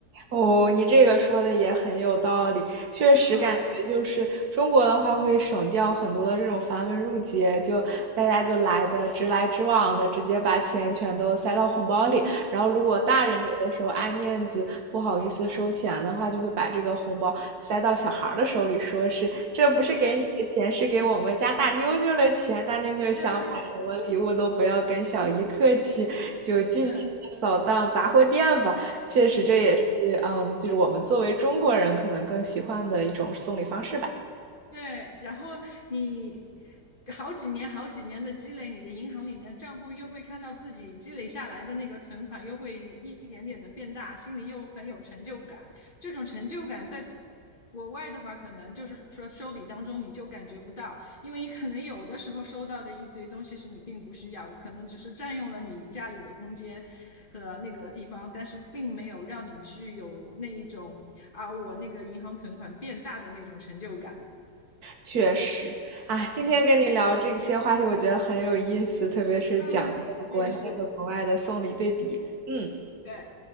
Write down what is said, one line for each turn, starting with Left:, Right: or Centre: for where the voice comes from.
Right: 哦，你这个说的也很有道理，确实感觉就是中国的话会省掉很多的这种繁文缛节，
Left: 嗯，
Right: 就大家就来的直来直往的，直接把钱全都塞到红包里。然后，如果大人有的时候爱面子，不好意思收钱的话，就会把这个红包塞到小孩儿的手里，说是这不是给你的钱，
Left: 是，
Right: 是给我们家大妞妞的钱。大妞妞想买什么礼物都不要跟小姨客气，
Left: 对，
Right: 就尽情的扫荡杂货店吧。
Left: 是，
Right: 确实，这也是嗯，
Left: 对。
Right: 就是我们作为中国人可能更喜欢的一种送礼方式吧。
Left: 对，然后你好几年、好几年的积累，你的银行里面账户又会看到自己积累下来的那个存款，又会一点点的变大，心里又很有成就感。这种成就感在国外的话，可能就是说收礼当中你就感觉不到，因为你可能有的时候收到的一堆东西是你并不需要，可能只是占用了你家里的空间和那个地方，但是并没有让你去有那一种啊，我那个银行存款变大的那种成就感。
Right: 确实啊，今天跟你聊这些话题，我觉得很有意思，特别是讲一下国内和国外的送礼对比。
Left: 嗯哼，我也是，
Right: 嗯，
Left: 对，